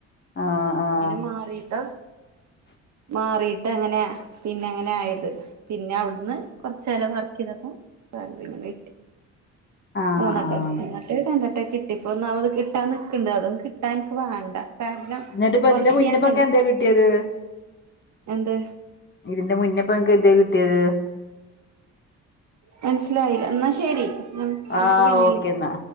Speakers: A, on the left (about 40°); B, on the right (about 65°).
A: ആഹ് ആഹ്
B: അങ്ങനെ മാറീട്ട് മാറീട്ടങ്ങനെ പിന്നങ്ങനായത് പിന്നെ അവിടുന്ന് കൊറചാലം വർക്കീതപ്പോ സാലറി ഇങ്ങനെ കിട്ടി
A: ആഹ്
B: മൂന്നട്ടം
A: ആഹ്
B: മറ്റേത് രണ്ടെട്ടം കിട്ടി ഇപ്പൊ ഒന്നാമത് കിട്ടാൻ നിക്ക്‌ണ്ട് അതൊന്ന് കിട്ടാൻ ഇന്ക്ക് വേണ്ട കാരണം
A: എന്നിട്ടിപ്പ
B: വർക്കിയാൻ
A: ഇതിന്റെ മുന്നപ്പങ്ങക്കെന്തേ
B: കഴിയിണി
A: കിട്ടിയത്
B: എന്ത്
A: ഇതിന്റെ മുന്നെപ്പൊ ഇങ്ങക്ക് എന്തേ കിട്ടിയത്
B: മനസിലായില്ല ഇന്നാ ശരി ഞമ്മക്ക്
A: ആഹ്
B: പിന്നെ
A: ഓക്കേന്നാ
B: വിളിക്ക